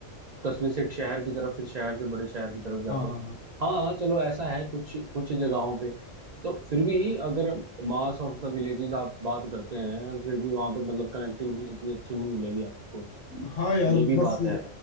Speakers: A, on the right; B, on the left.
A: कस्बे से एक शहर की तरफ फिर शहर से बड़े शहर की तरफ जाते
B: हाँ हाँ
A: हैं
B: हाँ
A: हाँ चलो ऐसा है कुछ कुछ जगहों पे तो फिर भी अगर मास ऑफ द विलेजेस आप बात करते हैं फिर भी वहां पे मतलब कनेक्टिविटी इतनी अच्छी नहीं मिलेगी आपको
B: हाँ यार
A: ये
B: बस
A: भी बात है